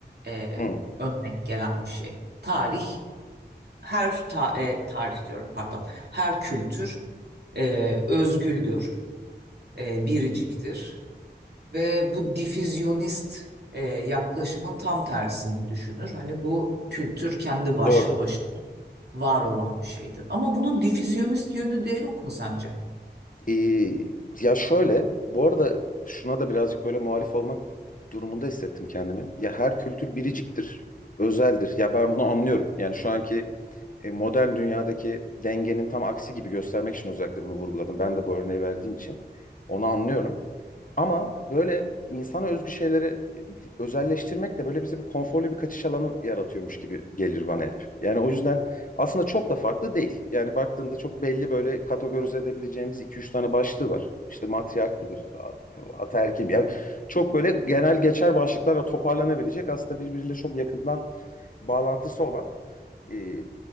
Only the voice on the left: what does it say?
Hı.
Doğru.
Ee, ya şöyle, bu arada şuna da birazcık böyle muhalif olmak durumunda hissettim kendimi. Ya her kültür biriciktir, özeldir. Ya ben bunu anlıyorum. Yani şu anki e, modern dünyadaki dengenin tam aksi gibi göstermek için özellikle bunu vurguladım. Ben de bu örneği verdiğim için onu anlıyorum. Ama böyle insana özgü şeyleri özelleştirmek de böyle bize bu konforlu bir kaçış alanı yaratıyormuş gibi gelir bana hep. Yani o yüzden aslında çok da farklı değil. Yani baktığında çok belli böyle kategorize edebileceğimiz iki üç tane başlığı var. İşte matriark mıdır, at- ataerkil mi? Yani çok böyle genel geçer başlıklarla toparlanabilecek aslında birbiriyle çok yakından bağlantısı olan e,